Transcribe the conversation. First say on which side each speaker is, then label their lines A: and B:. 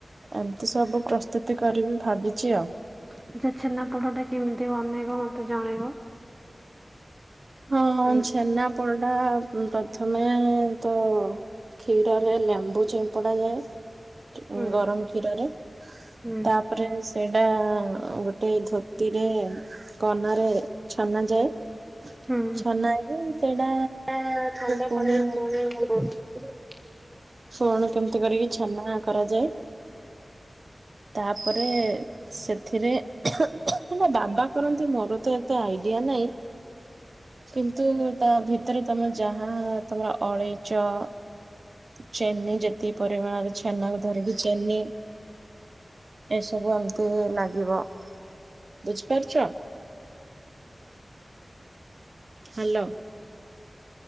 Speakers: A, on the right; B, on the right.
A: ଏମତି ସବୁ ପ୍ରସ୍ତୁତି କରିବି ଭାବିଚି ଆଉ
B: ଆଚ୍ଛା ଛେନାପୋଡ଼ଟା କେମିତି ବନେଇବ ମତେ ଜଣେଇବ।
A: ହଁ ହଁ
B: ଆମେ
A: ଛେନାପୋଡ଼ଟା ପ୍ରଥମେ ତ କ୍ଷୀରରେ ଲେମ୍ବୁ ଚିମ୍ପୁଡା ଯାଏ ଉଁ
B: ହୁଁ
A: ଗରମ କ୍ଷୀରରେ।
B: ହୁଁ
A: ତାପରେ ସେଇଟା ଗୋଟେ ଧୋ ତିରେ କନାରେ ଛନା ଯାଏ।
B: ଦେ ହଁ
A: ଛନା ହେଇକି ସେଇଟା
B: ଟା ଥଣ୍ଡା
A: ପୁଣି
B: ପାଣିରେ ପଡ଼େ <inaudible>
A: କଣ କେମତି କରିକି ଛେନା କରାଯାଏ ତାପରେ ସେଥିରେ ହେ ମୋ ବାବା କରନ୍ତି ମୋର ତ ଏତେ ଆଇଡିଆ ନାଇଁ। କିନ୍ତୁ ତା ଭିତରେ ତମେ ଯାହା ତମେ ଅଳେଇଚ ଚେନି ଯେତିକି ପରିମାଣରେ ଛେନାକୁ ଧରିକି ଚେନି ଏସବୁ ଏମତି ଲାଗିବ, ବୁଝିପାରୁଚ? Hello.